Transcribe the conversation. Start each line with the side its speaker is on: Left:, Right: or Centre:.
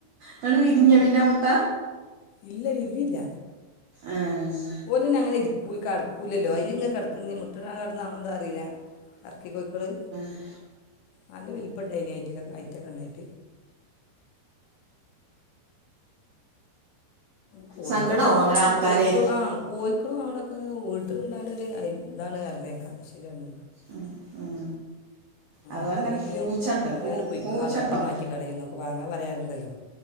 Right: ന്നിട്ട് വിരിഞ്ഞ
Left: ഓ
Right: പിന്നാമുട്ട
Left: ഇല്ല വിരിഞ്ഞില്ല
Right: ആഹ്
Left: ഓര്ത് ന്ന അങ്ങനെ ഇരിക്കൂ കെടക്കൂലല്ലോ അയിലിങ്ങ കിടക്കുന്നീ മുട്ടടാൻ കെടന്നാണോന്തോ അറിയില്ല ടർക്കി കോഴിക്കള്
Right: ആ
Left: നല്ല വലിപ്പം ഉണ്ടായിന് ഐറ്റം ഐറ്റൊക്കെ ഉണ്ടായിരുന്നു കോഴിക്കള്
Right: സങ്കടാവും
Left: എന്ത്
Right: അങ്ങനെ അർത്താലേ
Left: കോഴിക്കോളാം കോഴിക്കളും അവിടൊക്കെ വീട്ടിലുണ്ടാകുന്നത് ഇതാണ് അരുന്നേക്കാം ശരിയാണ്
Right: ഉം ഉം അതുപോലെ
Left: എന്തുണ്ടെങ്കിലും
Right: തന്നെ പൂച്ചണ്ട്
Left: അങ്ങനെ
Right: പൂ
Left: പോയി
Right: പൂച്ചണ്ടോ?
Left: ആ തട്ടി മാറ്റി കളയുന്നൊക്കെ വാങ്ങാൻ പറയാറുണ്ടല്ലോ